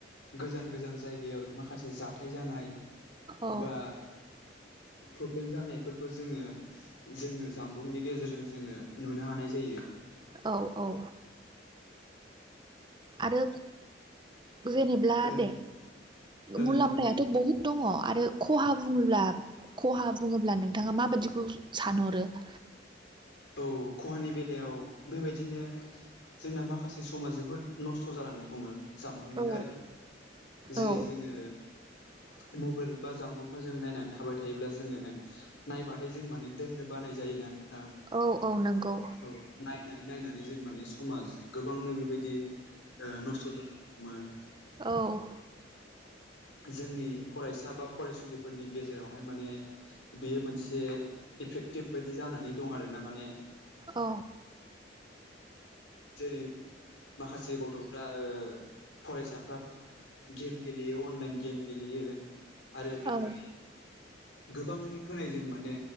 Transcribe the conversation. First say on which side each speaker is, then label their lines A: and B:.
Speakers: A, on the left; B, on the right.
A: गोजान गोजान जायगायाव माखासे जाथाय जानाय
B: औ
A: बा प्रब्लेम जानायफोरखौ जोङो जोङो जामबुंनि गेजेरजों जोङो नुनो हानाय जायो
B: औ औ आरो जेनेब्ला
A: ओ ओं
B: दे मुलाम्फायाथ'
A: ओं बुंदों
B: बहुत दङ आरो खहा बुङोब्ला खहा बुङोब्ला नोंथाङा माबाददिखौ सानहरो उ <inaudible>
A: औ खहानि बेलायाव बेबायदिनो जोंना माखासे समा जोबोद नस्थ' जालांनो हमो जामबुंनि
B: औ
A: दारै जेरै
B: औ
A: जोङो
B: <inaudible>
A: मबाइल बा जानामबुंखौ जों नायनानै थाबाय थायोब्ला जोङो नायबाथाय जों माने दोननो बानाय जायो ना नोंथां
B: औ औ नंगौ
A: औ नायनानै नायनानै जों माने समाज गोबांनो बेबायदि नस्थ' जाो
B: औ
A: जोंनि फरायसा बा फरायसुलिफोरनि गेजेरावहाय माने बेयो मोनसे इफेक्टिभ बायदि जानानै दं आरो ना माने
B: औ
A: जेरै माखासे गथफ्रा फरायसाफ्रा गेम गेलेयो अनलाइन गेम गेलेयो आरो बेवहाय
B: औ
A: गोबांनि खोनायो जों माने